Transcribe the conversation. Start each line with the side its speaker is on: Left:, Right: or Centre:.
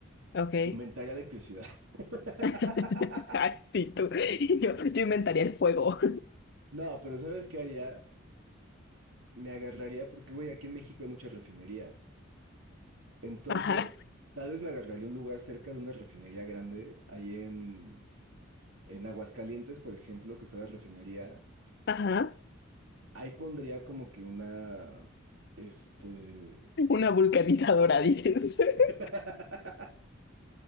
Left: ok.
Right: Inventaría electricidad. <laughs>
Left: <laughs> Ay, sí, tú. <laughs> Yo, yo inventaría el fuego.
Right: No, pero ¿sabes qué haría? Me agarraría porque, güey, aquí en México hay muchas refinerías. Entonces,
Left: Ajá,
Right: tal vez me agarraría un lugar cerca de una refinería grande, ahí en, en Aguascalientes, por ejemplo, que está la refinería.
Left: ajá.
Right: Ahí pondría como que una, este,
Left: <laughs> Una vulcanizadora, dices. <laughs>
Right: <laughs>